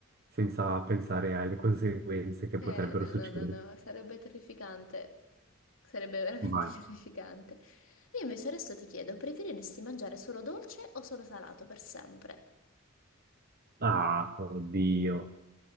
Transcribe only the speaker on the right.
senza pensare alle conseguenze che
potrebbero
succedere.
Vai.
Ah, oddio,